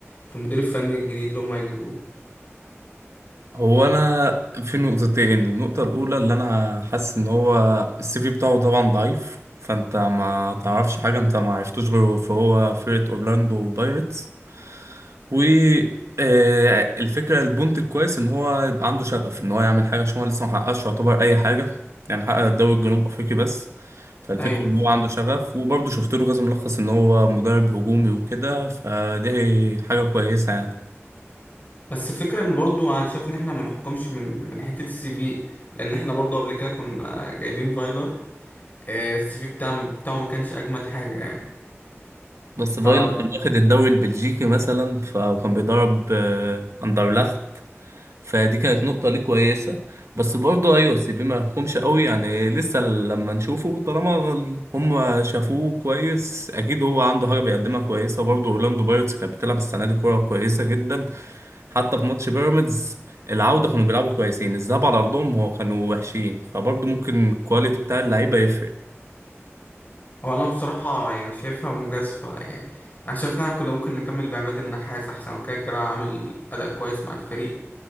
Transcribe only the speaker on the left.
في المدير الفني الجديد اللي هم هيجيبوه
ايوه بالظبط
بس الفكرة ان برضو انا شايف ان احنا ما نحكمش من من حتة السي في لان احنا برضو قبل كده كنا جايبين فايلر آه، السي في بتاعه بتاعه ما كانش اجمد حاجة يعني
ف
هو انا بصراحة يعني شايفها مجازفة يعني انا شايف ان احنا كنا ممكن نكمل بعماد النحاس احسن وكده كده عامل اداء كويس مع الفريق